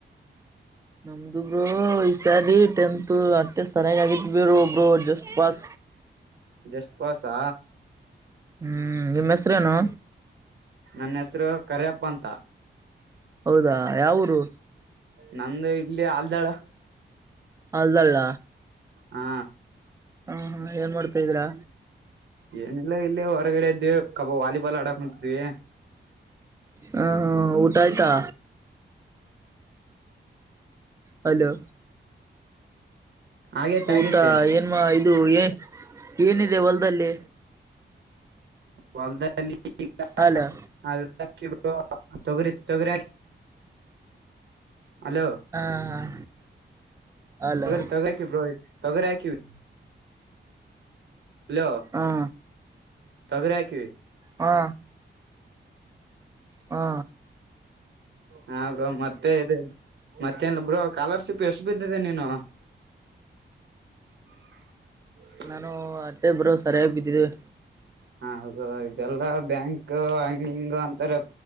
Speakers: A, on the right; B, on the right.
A: ನಮ್ದು ಬ್ರೋ ಈ ಸಾರಿ ಟೆಂತ್ ಅಷ್ಟೆ ಸರಿಯಾಗ ಆಗಿತ್ ಬಿಡು ಬ್ರೋ ಜಸ್ಟ್ ಪಾಸ್.
B: ಜಸ್ಟ್ ಪಾಸಾ.
A: ಹ್ಮ್ ನಿಮ್ ಹೆಸ್ರೇನು.
B: ನನ್ ಹೆಸ್ರು ಕರಿಯಪ್ಪ ಅಂತ.
A: ಹೌದಾ ಯಾವೂರೂ.
B: ನಂದು ಇಲ್ಲೆ ಆಲ್ದಾಳ.
A: ಆಲ್ದಾಳ.
B: ಹಾ
A: ಹಾ ಹ ಏನ್ ಮಾಡ್ತ ಇದೀರಾ.
B: ಏನಿಲ್ಲ ಇಲ್ಲೆ ಹೊರಗಡೆ ಇದ್ವಿ ಕಬ ವಾಲಿಬಾಲ್ ಆಡಾಕ್ ಕುಂತೀವಿ.
A: ಹ ಹಾ ಊಟ ಆಯ್ತಾ. ಹಲೋ
B: ಆಗೇತೆ
A: ಊಟ
B: ಆಗೇತೆ
A: ಏನ್ಮ ಇದು ಏ ಏನಿದೆ ಹೊಲದಲ್ಲಿ.
B: ಹೊಲದಲ್ಲಿ <unintelligible>
A: ಹಲೋ
B: ಹ <unintelligible> ಹಾಕಿವ್ ಬ್ರೋ ತೊಗರಿ ತೊಗರಿ ಹಲೋ.
A: ಹಾ ಹ ಹಲೋ
B: ತೊಗರಿ ತೊಗರಿ ಹಾಕಿವ್ ಬ್ರೋ ಈ ತೊಗರಿ ಹಾಕಿವಿ ಹಲೋ.
A: ಹಾ
B: ತೊಗರಿ ಹಾಕಿವಿ.
A: ಹಾ ಹ್ಮ
B: ಹಾ ಬ್ರೋ ಮತ್ತೆ ಇದ ಮತ್ತೆನ್ ಬ್ರೋ ಸ್ಕಾಲರ್ಶಿಪ್ ಎಷ್ಟು ಬಿದ್ದಿದೆ ನೀನು. <unintelligible>
A: ನಾನು ಅಟ್ಟೆ ಬ್ರೋ ಸರಿಯಾಗಿ ಬಿದ್ದಿದವೆ.
B: ಹ ಹೌದು ಇದೆಲ್ಲಾ ಬ್ಯಾಂಕ್ ಹಂಗ ಹಿಂಗ ಅಂತಾರೆ